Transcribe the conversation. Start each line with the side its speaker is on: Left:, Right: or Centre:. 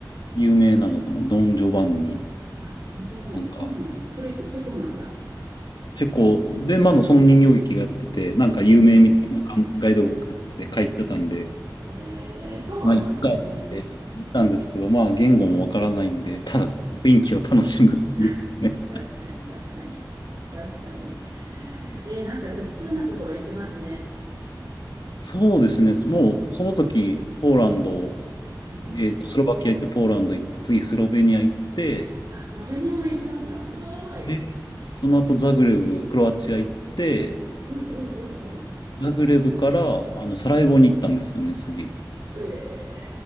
Left: 有名なのかな、ドン・ジョバンニ、
Right: あ、ドン・ジョバンニ、
Left: なんか、
Right: そうなんだ。それってチェコなんだ。
Left: チェコで、まあ、その人形劇がやってて、なんか有名みたいなガンガイドブックで書いてたんで、
Right: うんうん。ええ、そうなんですね。
Left: まあ、一回って行ったんですけど、まあ、言語もわからないんで、ただ雰囲気を楽しむっていうですね。
Right: 確か確かに、確かに。確かに。えーなんかでも通なところ行ってますね。
Left: そうですね。もう、その時、ポーランド、
Right: うん、うん、うん。
Left: えっと、スロバキア行って、ポーランド行って、次、スロベニア行って、
Right: あ、スロベニアも行ったんだ。すごい。
Left: で、その後、ザグレブ、クロアチア行って、
Right: うんうんうんうん。
Left: ザグレブから、あの、サラエボに行ったんですよね、次。
Right: へ